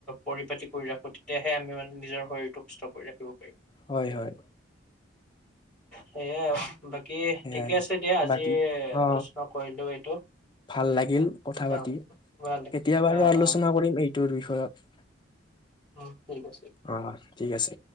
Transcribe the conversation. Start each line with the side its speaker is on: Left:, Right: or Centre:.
Centre: পৰিপাতি কৰি ৰাখো তেতিয়াহে আমি মানে নিজৰ শৰীৰটো সুস্থ কৰি ৰাখিব পাৰি
Left: হয় হয়
Centre: সয়া বাকী কি
Left: সেয়াই
Centre: ঠিকে আছে দিয়া আজি
Left: বাকী অ
Centre: আলোচনা কৰিলো এইটো
Left: ভাল লাগিল কথা
Centre: অ
Left: পাতি
Centre: ভাল লাগিল।
Left: এতিয়া বাৰু
Centre: অ
Left: আলোচনা
Centre: অ
Left: কৰিম এইটোৰ বিষয়ত
Centre: অ ঠিক আছে
Left: অ ঠিক আছে